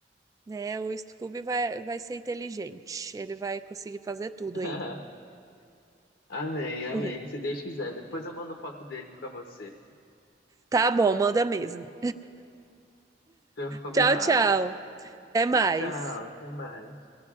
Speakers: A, on the right (about 20°); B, on the left (about 80°).
A: né? O Scooby vai, vai ser inteligente. Ele vai conseguir fazer tudo
B: <laughs>
A: aí.
B: Amém, amém.
A: <laughs>
B: Se Deus quiser. Depois eu mando foto dele pra você.
A: Tá bom, manda mesmo.
B: Tô combinado.
A: Tchau, tchau. Até mais.
B: Tchau, até mais.